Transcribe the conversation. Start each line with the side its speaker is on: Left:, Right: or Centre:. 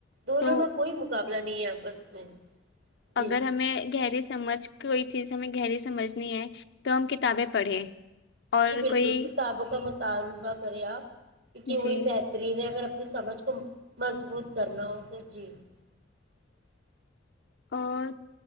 Right: دونوں
Left: تو
Right: کا کوئی مقابلہ نہیں ہے آپس میں <unintelligible> جی
Left: اگر ہمیں گہری سمجھ <unintelligible> کوئی چیز ہمیں گہری سمجھنی ہے تو ہم کتابیں پڑھیں <unintelligible>
Right: جی بالکل
Left: کوئی
Right: کتاب کا مطلب <unintelligible> طالبہ کر آ <unintelligible> کیونکہ
Left: جی
Right: وہی بہترین ہے اگر <unintelligible> سمجھ کو مضبوط کرنا ہو تو جی <unintelligible>
Left: اور